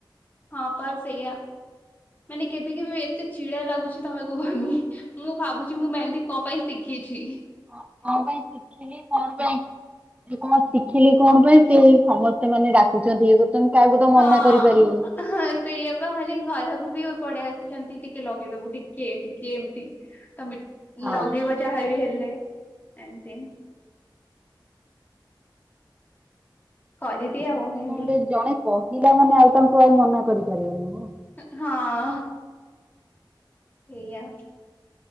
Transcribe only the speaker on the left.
ହଁ ପା ସେଇଆା ମାନେ କେବେ କେବେ ଏତେ ଚିଡ଼ା ଲାଗୁଛି ତମେ କୁହନି। ମୁଁ ଭାବୁଛି ମୁଁ ମେହେନ୍ଦୀ କଣ ପାଇଁ ଶିି କିଛି।
ହଁ
ସେଇଆ ପା ମାନେ ଘରକୁ ବି ପଡେଇ ଆସି ଛନ୍ତି, ଟିକେ ଲଗେଇଦବୁ ଟିକେ ଟିକେ ଏମିତି ତମେ
ଲଗେଇବ ଯାହାବି ହେଲେ ଲେ ଏମିତି। <inaudible> କରିଦିଏ ଆଉ
ମେହେନ୍ଦି।
ହଁ ସେଇଆ।